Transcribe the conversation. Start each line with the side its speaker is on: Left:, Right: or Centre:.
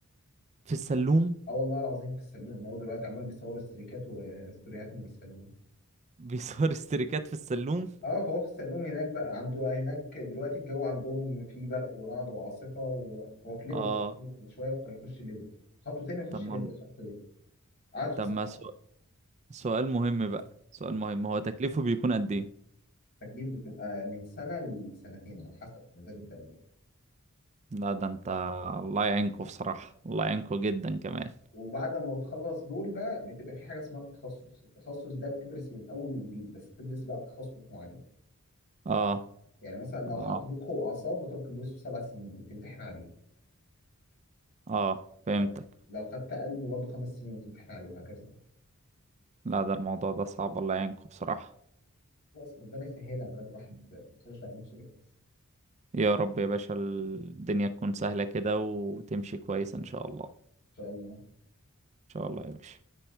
Right: في السلوم
Left: اه والله العظيم في السلوم هو دلوقتي عمال بيصور استريكات وستوريهات من السلوم
Right: <laughs> بيصور استريكات في السلوم
Left: اه هو في السلوم هناك بقى عنده هناك دلوقتي الجو عندهم فيه برق ورعد وعاصفة وهو في ليبيا
Right: اه
Left: شوية وهيخش ليبيا خطوتين يخش
Right: طب ما
Left: ليبيا حرفيا قاعد في
Right: طب
Left: الصحراء
Right: ما سؤ- سؤال مهم بقى سؤال مهم هو تكليفه بيكون قد ايه
Left: التكليف بتبقى من سنة لسنتين على حسب مزاج الدولة
Right: لا ده انت الله يعينكوا بصراحة الله يعينكوا جدا كمان
Left: وبعد ما بتخلص دول بقى بتبقى في حاجة اسمها التخصص التخصص ده بتدرس من أول وجديد بس بتدرس بقى تخصص معين
Right: اه
Left: يعني مثلا لو
Right: اه
Left: خدت مخ وأعصاب بتقعد تدرسه سبع سنين وتمتحن عليه
Right: اه فهمتك
Left: لا لو خدت قلب برضه خمس سنين وتمتحن عليه وهكذا
Right: لا ده الموضوع ده صعب الله يعينكوا بصراحة
Left: خلاص ربنا يسهلها بقى الواحد يشجع نفسه يخلص
Right: يا رب يا باشا الدنيا تكون سهلة كده وتمشي كويس ان شاء الله ان
Left: إن شاء الله
Right: شاء الله يا باشا